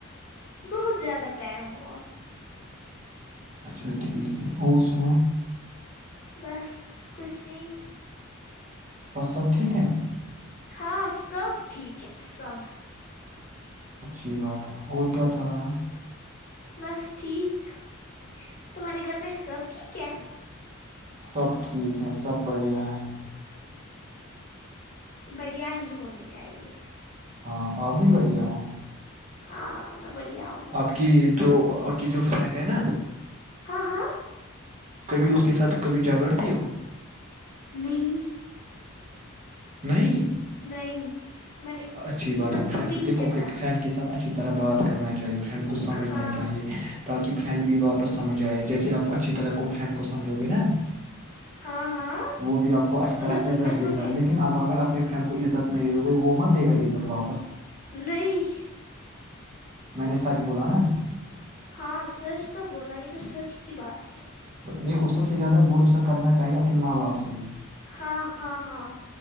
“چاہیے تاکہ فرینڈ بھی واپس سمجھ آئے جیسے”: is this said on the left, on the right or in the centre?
Right